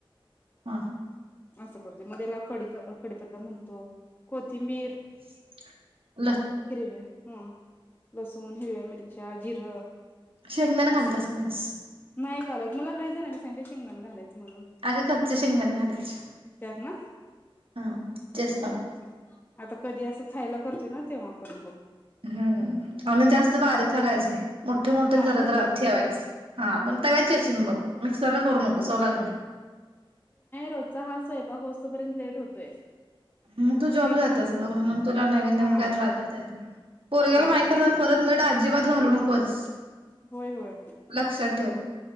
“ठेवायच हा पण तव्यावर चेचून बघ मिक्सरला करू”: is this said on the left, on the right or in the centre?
Right